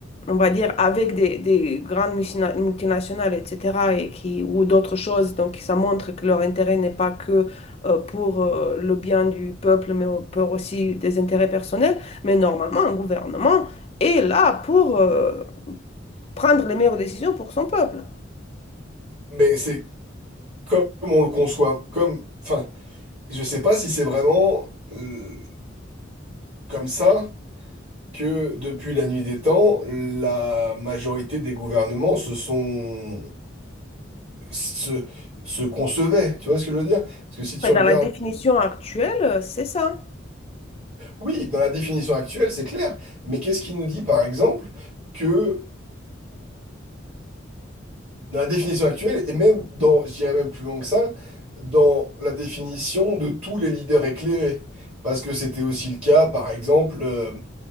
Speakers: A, on the left; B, on the right.
A: on va dire, avec des, des grandes multina- multinationales, etc., et qui, ou d'autres choses. Donc, ça montre que leur intérêt n'est pas que euh, pour euh, le bien du peuple, mais au- pour aussi des intérêts personnels. Mais normalement, un gouvernement est là pour euh, prendre les meilleures décisions pour son peuple.
B: mais c'est comme on le conçoit, comme, enfin, je sais pas si c'est vraiment euh, comme ça que depuis la nuit des temps, la majorité des gouvernements se sont se, se concevaient. Tu vois ce que je veux dire? Parce que si tu
A: Mais
B: regardes,
A: Dans la définition actuelle, euh, c'est ça.
B: oui, dans la définition actuelle, c'est clair, mais qu'est-ce qui nous dit par exemple que Dans la définition actuelle, et même dans, je dirais même plus loin que ça, dans la définition de tous les leaders éclairés. Parce que c'était aussi le cas, par exemple, euh,